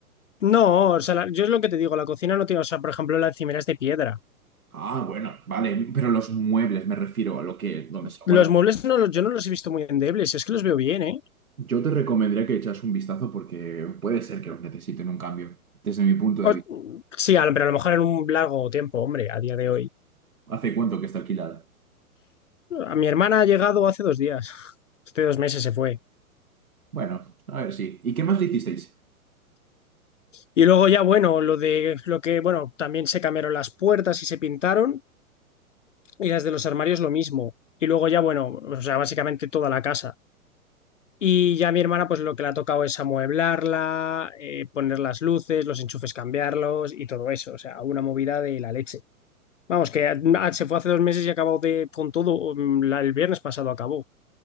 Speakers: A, on the left; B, on the right.
A: No, o sea, la- yo es lo que te digo, la cocina no tiene, o sea, por ejemplo, la encimera es de piedra.
B: Ah, bueno, vale, pero los muebles me refiero a lo que, donde se
A: Los
B: guarda.
A: muebles no los, yo no los he visto muy endebles, es que los veo bien, ¿eh?
B: Yo te recomendaría que echas un vistazo porque puede ser que los necesiten un cambio, desde mi punto de
A: O-
B: vista.
A: sí, a lo- pero a lo mejor en un largo tiempo, hombre, a día de hoy.
B: ¿Hace cuánto que está alquilada?
A: A mi hermana ha llegado hace dos días, <laughs> hace dos meses se fue.
B: Bueno, a ver, sí. ¿Y qué más le hicisteis?
A: Y luego ya, bueno, lo de lo que, bueno, también se cambiaron las puertas y se pintaron, y las de los armarios lo mismo. Y luego ya, bueno, o sea, básicamente toda la casa. Y ya mi hermana, pues lo que le ha tocado es amueblarla, eh, poner las luces, los enchufes cambiarlos y todo eso. O sea, una movida de la leche. Vamos, que ah, se fue hace dos meses y acabó de, con todo. mm, la- el viernes pasado acabó,